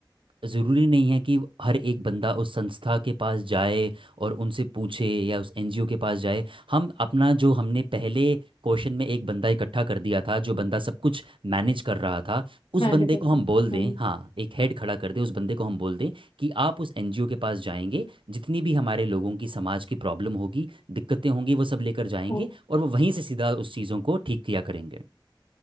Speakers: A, on the right; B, on the left.
A: ज़रूरी नहीं है कि हर एक बंदा उस संस्था के पास जाए और उनसे पूछे या उस एनजीओ के पास जाए हम अपना जो हमने पहले क्वेश्चन में एक बंदा इकट्ठा कर दिया था जो बंदा सब कुछ मैनेज कर रहा था उस
B: हैंड
A: बंदे
B: के
A: को हम
B: हम्म,
A: बोल दें हाँ एक हेड खड़ा कर दें उस बंदे को हम बोल दें कि आप उस एनजीओ के पास जाएंगे जितनी भी हमारे लोगों की समाज की प्रॉब्लम होगी दिक्कतें होंगी वो सब लेकर जाएंगे
B: हम्म।
A: और वो वहीं से सीधा उस चीज़ों को ठीक किया करेंगे